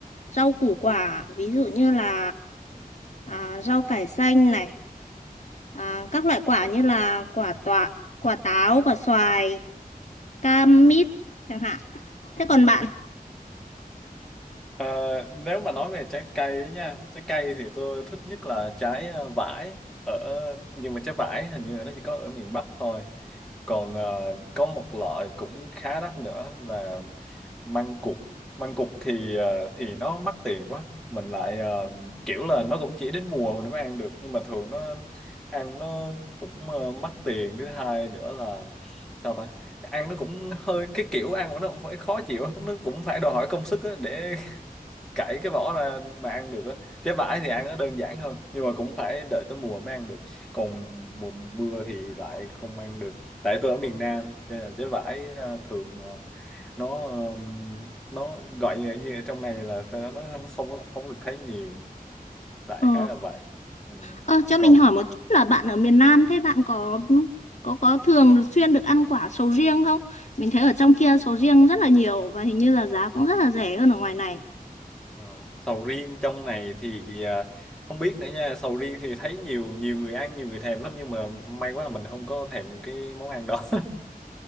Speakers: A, on the left (about 50°); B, in the centre.
A: rau củ quả, ví dụ như là à, rau cải xanh này, à, các loại quả như là quả tọa, quả táo, quả xoài, cam, mít chẳng hạn. Thế còn bạn?
B: À, nếu mà nói về trái cây ấy nha, trái cây thì tôi thích nhất là trái ờ, vải ở nhưng mà trái vải hình như là nó chỉ có ở miền Bắc thôi. còn ờ, có một loại cũng khá đắt nữa là măng cụt măng cụt thì ờ, thì nó mắc tiền quá mình lại ờ, kiểu là nó cũng chỉ đến mùa mình mới ăn được nhưng mà thường nó ăn nó cũng ờ, mắc tiền thứ hai nữa là sao ta ăn nó cũng hơi cái kiểu ăn của nó cũng phải khó chịu nó cũng phải đòi hỏi công sức á để cải cái vỏ ra mà ăn được á trái vải thì ăn nó đơn giản hơn nhưng mà cũng phải đợi tới mùa mới ăn được còn mùa mưa thì lại không ăn được tại tôi ở miền Nam cho nên là trái vải à, thường à, nó ừm, nó gọi như, như ở trong này là nó nó không không được thấy nhiều đại
A: Ờ.
B: khái là vậy ừ.
A: Ờ, cho
B: còn
A: mình hỏi một chút là bạn ở miền Nam thế bạn có có có thường xuyên được ăn quả sầu riêng không? Mình thấy ở trong kia sầu riêng rất là nhiều và hình như là giá cũng rất là rẻ hơn ở ngoài này.
B: Ờ, sầu riêng trong này thì à, không biết nữa nha sầu riêng thì thấy nhiều nhiều người ăn nhiều người thèm lắm nhưng mà may quá là mình không có thèm cái món ăn đó <laughs>